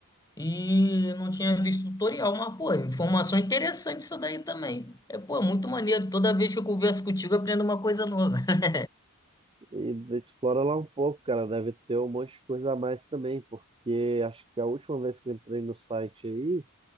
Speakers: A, on the left; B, on the right.
A: e não tinha visto tutorial, mas, pô, informação interessante isso daí também. É, pô, muito maneiro. Toda vez que eu converso contigo, eu aprendo uma coisa nova. <laughs>
B: E explora lá um pouco, cara. Deve ter um monte de coisa a mais também, porque acho que a última vez que eu entrei no site aí,